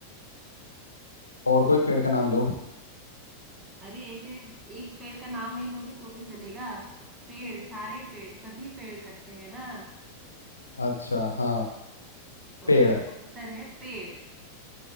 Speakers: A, on the left; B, on the right.
A: और कोई पेड़ का नाम लूँ
B: अरे ऐसे एक पेड़ का नाम नहीं लोगे तो भी चलेगा पेड़ सारे पेड़ सभी पेड़ करते हैं ना
A: अच्छा हाँ
B: तो
A: पेड़
B: इसका उत्तर है पेड़